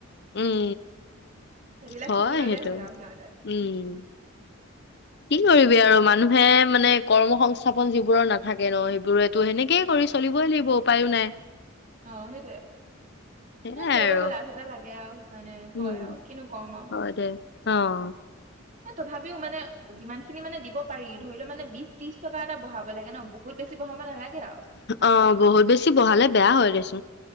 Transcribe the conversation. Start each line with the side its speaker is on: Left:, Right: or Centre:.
Left: উম
Right: সেইবিলাক
Left: হয়
Right: শিকি ললে
Left: সেইটো
Right: হ'ল আৰু সিহঁতে
Left: উম কি কৰিবি আৰু মানুহে মানে কৰ্ম সংস্থাপন যিবোৰৰ নাথাকে ন সেই বোৰে সেনেকে কৰি চলিবই লাগিব ব উপায়ো নাই
Right: অ সেইটোৱে
Left: সেয়াই
Right: এ সিহঁতকো
Left: আৰু
Right: লাভ এটা লাগে আৰু সেইকাৰণে
Left: উম,
Right: কয় আৰু কিনো কম আৰু
Left: হয় দে। অ
Right: তথাপিও মানে যিমান খিনি মানে দিব পাৰি ধৰি লও মানে বিশ ত্ৰিশ টকা এটা বঢ়াব লাগে ন বহুত বেছি বঢ়াব নালাগে আৰু
Left: অ বহুত বেছি বহালে বেয়া হয় দেছ চ